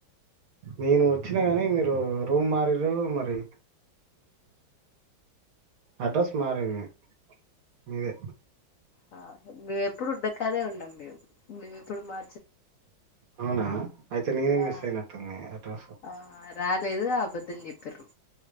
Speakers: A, on the right; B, on the left.
A: నేను వచ్చినా కానీ మీరు రూమ్ మారారు మరి అడ్రస్ మార మీ మీదే
B: ఆ మేము ఎప్పుడు ఉన్నాకాదే ఉన్నాం మేము మేము ఎప్పుడు మా
A: అవునా అయితే నేనే
B: ఆ
A: మిస్ అయినట్టుంన అడ్రస్
B: ఆ రాలేదు ఆ అబద్ధం చెప్పారు